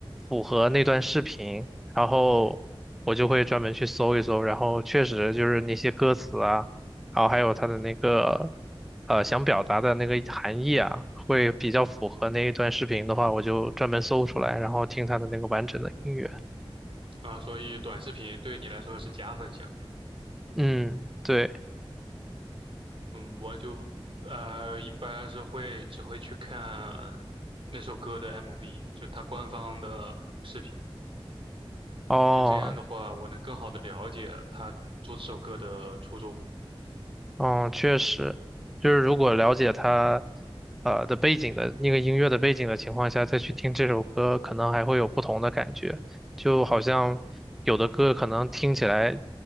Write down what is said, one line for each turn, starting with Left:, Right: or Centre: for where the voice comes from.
Centre: 符合那段视频，然后我就会专门去搜一搜，然后确实就是那些歌词啊，然后还有它的那个呃想表达的那个含义啊，会比较符合那一段视频的话，我就专门搜出来，然后听它的那个完整的音乐。
Right: 啊，所以短视频对你来说是加分项。
Centre: 嗯，对，
Right: 嗯，我就呃一般是会只会去看那首歌的 MV，就它官方的视频，
Centre: 哦，
Right: 就这样的话，我能更好的了解他做这首歌的初衷。
Centre: 嗯，确实，就是如果了解他，呃的背景的那个音乐的背景的情况下，再去听这首歌，可能还会有不同的感觉。就好像有的歌可能听起来，